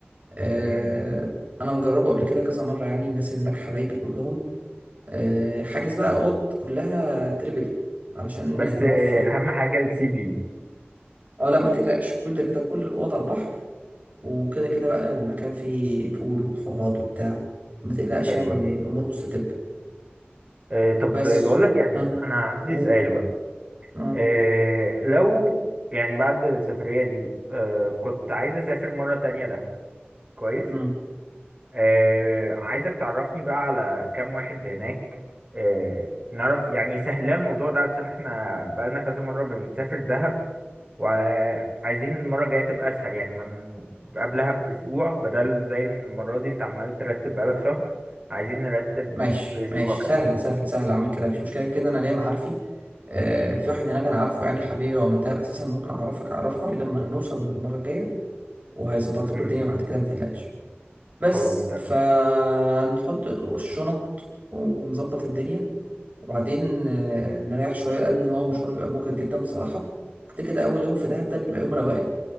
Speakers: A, on the right (about 40°); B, on the right (about 20°).
A: آه،
B: امم
A: انا مجربه قبل كده كذا مرة يعني الناس اللي هناك حبايبي كلهم آه، حاجز بقى اوض كلها تريبل علشان
B: بس
A: نوفر
B: اهم حاجة السي في
A: اه لا ما تقلقش كل ده كده كل الاوض على البحر وكده كده بقى المكان فيه بول وحورات وبتاع ما تقلقش
B: حلو
A: يعني
B: اوي
A: الامور مستتبة
B: اه، طب
A: بس
B: بقولك يعني
A: ها
B: انا عندي
A: قول
B: سؤال بقى
A: اه
B: آه، لو يعني بعد السفرية دي آه، كنت عايز أسافر مرة تانية دهب كويس
A: مم.
B: آه، عايزك تعرفني بقى على كام واحد هناك آه، نعرف يعني سهلها الموضوع ده علشان احنا بقالنا كذا مرة بنسافر دهب وعايزين المرة الجاية تبقى أسهل يعني من قبلها بأسبوع بدل زي المرة دي أنت عمال ترتب بقالك شهر عايزين نرتب
A: ماشي
B: في أسبوع
A: ماشي
B: كده
A: سهل سهل سهل اعمل كده مفيش مشكله كده انا ليا معارفي آه في واحد هناك انا عارفه يعني حبيبي هو من دهب اساسا ممكن اعرفك اعرفك عليه لما نوصل المره الجايه وهيظبط لكم
B: مم.
A: الدنيا بعد كده ما تقلقش بس
B: خلاص تمام
A: فنحط الشنط ونظبط الدنيا وبعدين آه نريح شويه لان هو مشوار بيبقى مجهد جدا بصراحه كده كده اول يوم في دهب ده بيبقى يوم روقان